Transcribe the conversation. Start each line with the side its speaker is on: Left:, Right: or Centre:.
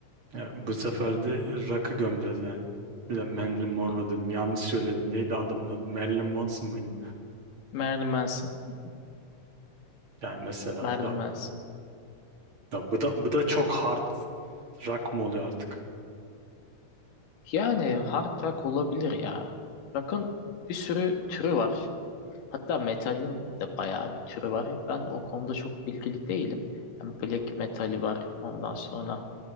Right: Ya bu sefer de rock'ı gömeceğiz yani. Bir de Marilyn Monroe
Left: Ya,
Right: dedim. Yanlış söyledim. Neydi adamın adı? Marilyn Manson mıydı?
Left: Marilyn Manson. Hı hı.
Right: Yani mesela
Left: Marilyn
Right: ya,
Left: Manson.
Right: ya bu da bu da çok hard rock mı oluyor artık?
Left: Yani hard rock olabilir ya. Bakın bir sürü türü var. Hatta metalin de bayağı bir türü var. Ben o konuda çok bilgili değilim. Yani black metali var. Ondan sonra